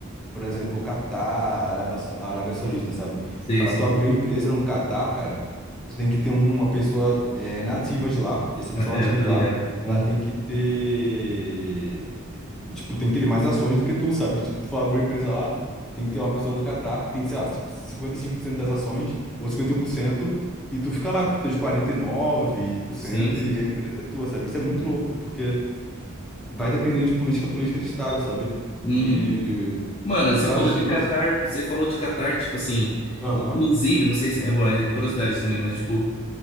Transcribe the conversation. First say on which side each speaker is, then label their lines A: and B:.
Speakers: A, in the centre; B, on the left.
A: por exemplo, o Catar, Arábia, Sa- Arábia Saudita, sabe?
B: Sei,
A: Para
B: sei.
A: tu abrir uma empresa no Catar, cara, tu tem que ter uma pessoa eh, nativa de lá, e essa pessoa
B: É,
A: nativa
B: eu tô
A: de lá,
B: ligado.
A: ela
B: Uhum.
A: tem que ter, tipo, tem que ter mais ações do que tu, sabe? Tipo, tu for abrir uma empresa lá, tem que ter uma pessoa do Catar que tem, sei lá, 55% das ações, ou 51% e tu fica lá com teus 49%
B: Sim, sim.
A: e nove por cento e a empresa é tua, sabe? Isso é muito louco, porque vai dependendo de política, política de Estado, sabe?
B: Uhum.
A: E
B: Mano,
A: o
B: você
A: Brasil,
B: falou de Catar,
A: assim.
B: você falou de Catar, tipo assim,
A: Aham.
B: inclusive, não sei se, é bom, é curiosidade também, mas tipo,